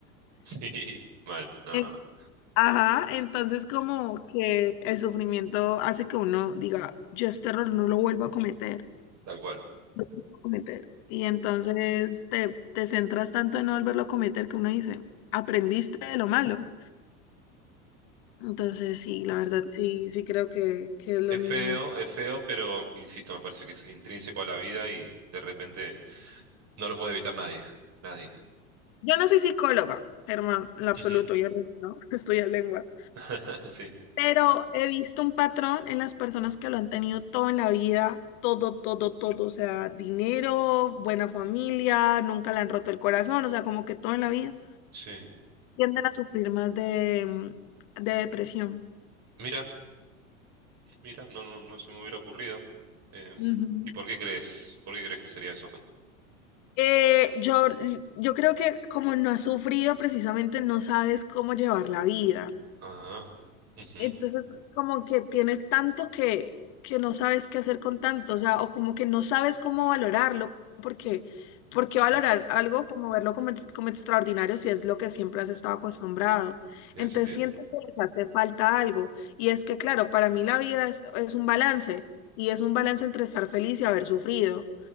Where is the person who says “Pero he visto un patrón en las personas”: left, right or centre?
Left